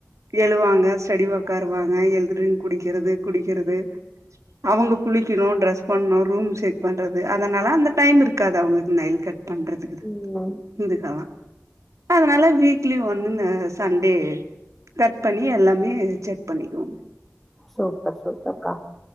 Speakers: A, on the right; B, in the centre.
A: எழுவாங்க ஸ்டடி ஒக்காருவாங்க எழுதுறன் குடிக்கறது குடிக்கறது அவுங்க குளிக்கிணு ட்ரெஸ் பண்ணு ரூம் செக் பண்ணுறது அதனால அந்த டைம் இருக்காது அவுங்களுக்கு நயல் கட் பண்றத்துக்கு தா
B: ம்
A: இதுக்கு அதா அதனால வீக்லி ஒன்னு இந்த சண்டே கட் பண்ணி எல்லாமே செக் பண்ணிக்குவோ
B: சூப்பர் சூப்பர்கா